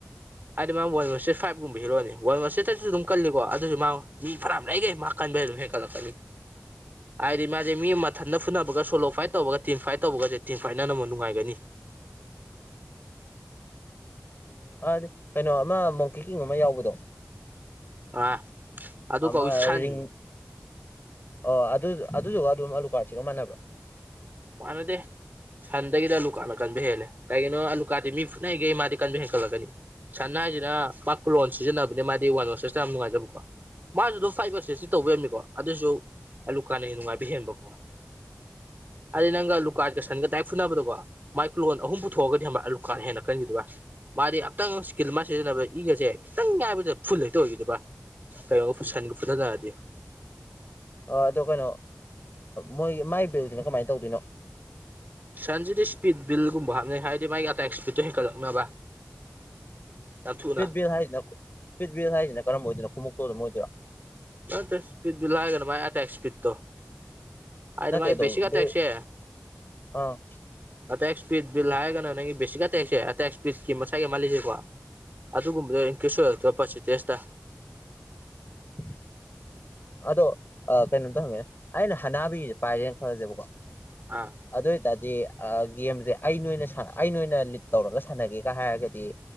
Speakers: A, on the right; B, on the left.
A: ꯍꯥꯏꯗꯤ ꯃꯥ ꯋꯥꯟ‌ ꯕꯔꯁ‌ꯦꯠ ꯐꯥꯏꯚꯀꯨꯝꯕ ꯍꯔꯛꯑꯣꯅꯤ ꯋꯥꯟꯦ ꯊꯥꯔꯇꯤ ꯑꯗꯨ ꯀꯜꯂꯤꯀꯣ ꯑꯗꯨꯁꯨ ꯃꯥ ꯃꯤ ꯐꯅꯥꯝ ꯂꯩꯔꯤꯒꯩ ꯃꯥ ꯀꯟꯕꯩ ꯑꯗꯨꯝ ꯍꯦꯟꯀꯠꯂꯛꯀꯅꯤ ꯍꯥꯏꯗꯤ ꯃꯗꯤ ꯃꯥ ꯃꯤ ꯃꯊꯟꯗ ꯐꯨꯅꯕꯒ ꯁꯣꯂꯣ ꯐꯥꯏꯠ ꯇꯧꯕꯒ ꯇꯤꯝ ꯐꯥꯏꯠ ꯇꯧꯕꯒꯁꯦ ꯇꯤꯝ ꯐꯥꯏꯠꯅꯅꯕ ꯅꯨꯡꯉꯥꯏꯒꯅꯤ
B: <inaudible> ꯎꯝ ꯑꯗꯤ ꯀꯩꯅꯣ ꯑꯃ ꯃꯣꯡꯀꯤ ꯀꯤꯡ ꯑꯃ ꯌꯥꯎꯕꯗꯣ
A: ꯑꯥ ꯑꯗꯨ
B: ꯑꯃ
A: ꯀꯧꯑ‌ꯦ ꯁꯟ
B: ꯔꯤꯡ ꯑꯣ ꯑꯗꯨ ꯑꯗꯨꯗꯨꯒ ꯑꯗꯨꯝ ꯑꯂꯨ ꯀꯥꯔꯠꯁꯤꯒ ꯃꯥꯟꯅꯕ꯭ꯔꯥ
A: ꯃꯥꯅꯗꯦ ꯁꯟꯗꯒꯤꯗꯤ ꯑꯂꯨꯀꯥꯅ ꯀꯟꯕ ꯍꯦꯜꯂꯦ ꯀꯩꯒꯤꯅꯣ ꯑꯂꯨꯀꯥꯗꯤ ꯃꯤ ꯐꯨꯅꯩꯒꯦ ꯃꯥꯗꯤ ꯀꯟꯕ ꯍꯦꯟꯒꯠꯂꯛꯀꯅꯤ ꯁꯟ ꯍꯥꯏꯁꯤꯅ ꯃꯥ ꯀꯂꯣꯟ ꯁꯤꯖꯤꯟꯅꯕꯅꯦ ꯃꯥꯗꯤ ꯋꯥꯟ ꯕꯔꯁꯦꯁꯇ ꯌꯥꯝ ꯅꯨꯡꯉꯥꯏꯖꯕꯀꯣ ꯃꯥꯁꯨ ꯑꯗꯨꯝ ꯐꯥꯏꯚ ꯕꯔꯁꯦꯁꯇꯤ ꯇꯧꯕꯉꯝꯃꯤꯀꯣ ꯑꯗꯨꯁꯨ ꯑꯂꯨꯀꯥꯟꯅ ꯍꯦꯟꯅ ꯅꯨꯡꯉꯥꯏꯕ ꯍꯦꯟꯕꯀꯣ
B: <inaudible>
A: ꯍꯥꯏꯗ ꯅꯪꯒ ꯑꯂꯨꯀꯥꯔꯀ ꯁꯟꯒ ꯗꯥꯥꯏꯔ‌ꯦꯛ ꯐꯨꯅꯕꯗꯀꯣ ꯃꯥꯏꯀꯂꯣꯟ ꯑꯍꯨꯝ ꯄꯨꯊꯣꯛꯑꯒꯗꯤ ꯈꯪꯕꯔꯥ ꯑꯂꯨꯀꯥꯠꯅ ꯍꯦꯟꯅ ꯀꯟꯈꯤꯗꫭꯏꯕ ꯃꯥꯗꯤ ꯑꯝꯇꯪ ꯏꯁꯀꯤꯜ ꯃꯥ ꯁꯤꯖꯤꯟꯅꯕ ꯏꯒꯁꯦ ꯈꯤꯇꯪ ꯉꯥꯏꯕꯁ‌ꯦ ꯐꯨꯜ ꯍꯦꯛꯇ ꯑꯣꯏꯈꯤꯗꫭꯏꯕ ꯀꯩꯅꯣ ꯁꯟꯒ ꯐꯗꯠꯅꯔꯗꯤ
B: ꯑꯗꯣ ꯀꯩꯅꯣ ꯃꯣꯏ ꯃꯥꯏꯕꯦꯜꯁꯤꯅ ꯀꯃꯥꯏꯅ ꯇꯧꯗꯣꯏꯅꯣ
A: ꯁꯟꯁꯤꯗꯤ ꯏꯁꯄꯤꯠ ꯕꯤꯜꯒꯨꯝꯕ ꯍꯥꯞꯅꯩ ꯍꯥꯏꯔꯗꯤ ꯃꯥꯒꯤ ꯑꯇꯥꯏ ꯏꯁꯄꯤꯠꯇꯣ ꯍꯦꯟꯀꯠꯂꯛꯅꯕ ꯌꯥꯝ ꯊꯨꯅ
B: ꯏꯁꯕꯤ ꯍꯥꯏꯁꯤꯅ ꯏꯁ ꯕꯤꯜ ꯍꯥꯏꯁꯤꯅ ꯀꯔꯝꯕ ꯑꯣꯏꯗꯅꯣ ꯈꯣꯡꯎꯨꯛꯇꫭ ꯑꯗꯨꯝ ꯑꯣꯏꯗꯣꯏꯔꯣ
A: ꯇꯠꯇ‌ꯦ ꯏꯁꯄꯤꯠ ꯍꯥꯏꯔꯒꯅ ꯃꯥꯏ ꯑꯦꯇ‌ꯦꯛ ꯏꯁꯄꯤꯗ ꯇꫭ ꯍꯥꯏꯗꯤ
B: ꯅꯠꯇꯦ
A: ꯃꯥꯏ
B: ꯑꯗꯣ
A: ꯕ‌ꯦꯁꯤꯛ ꯑꯦꯇ‌ꯦꯛꯁꯦ
B: ꯕꯤꯜ ꯑꯥ
A: ꯑꯇꯦꯛ ꯏꯁꯄꯤꯠ ꯕꯤꯜ ꯍꯥꯏꯔꯒꯅ ꯅꯪꯒꯤ ꯕꯦꯁꯤꯛ ꯑꯇꯦꯛꯁꯦ ꯑꯇꯦꯛ ꯏꯁꯄꯤꯠꯀꯤ ꯃꯁꯥꯏꯒꯤ ꯑꯃꯥ ꯂꯩꯖꯩꯕꯀꫭ ꯑꯗꯨꯒꯨꯝꯕꯗꫭ ꯏꯟꯀꯤꫪ꯭ꯁ ꯑꫭꯏꯍꯟꯂꯛꯇꯣꯏꯕ ꯄꯠꯁ‌ꯦꯟ ꯇꯦꯁꯇ
B: <inaudible> ꯎꯝ ꯑꯗꯣ ꯀꯩꯅꯣꯝꯇ ꯍꯪꯉꯦ ꯑꯩꯅ ꯍꯅꯥꯕꯤꯁꯦ ꯄꯥꯏꯔꯦꯅ ꯈꯜꯂꯁꯦꯕꯀꯣ
A: ꯑꯥ
B: ꯑꯗꫭꯏ ꯑꯣꯏ ꯇꯗꯤ ꯑꯥ ꯒꯦꯝꯖꯦ ꯑꯩꯅꯑꫭꯏꯅ ꯁꯥ ꯑꯩꯅꯣꯏꯅ ꯂꯤꯠ ꯇꯧꯔꯒ ꯁꯥꯟꯅꯒꯦꯒ ꯍꯥꯏꯔꯒꯗꯤ